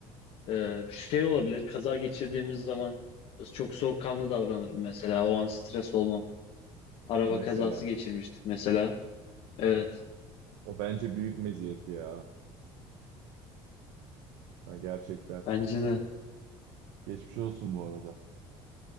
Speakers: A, on the left; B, on the right.
A: E, şey olabilir kaza geçirdiğimiz zaman çok soğukkanlı davranırım mesela o an stres olmam. Araba
B: Ya Mesela
A: kazası
B: işte.
A: geçirmiştik mesela. Evet
B: O bence büyük meziyeti ya. Ha, gerçekten.
A: bence de
B: Geçmiş olsun bu arada.